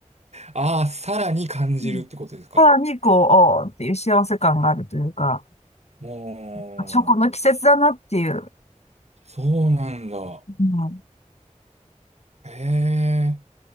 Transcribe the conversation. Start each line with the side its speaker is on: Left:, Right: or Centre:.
Right: ああ、さらに感じるってことですか。
Left: うんさらにこう、おーっていう幸せ感があるというか、
Right: もう、
Left: あチョコの季節だなっていう。
Right: そうなんだ。
Left: うん
Right: へえ。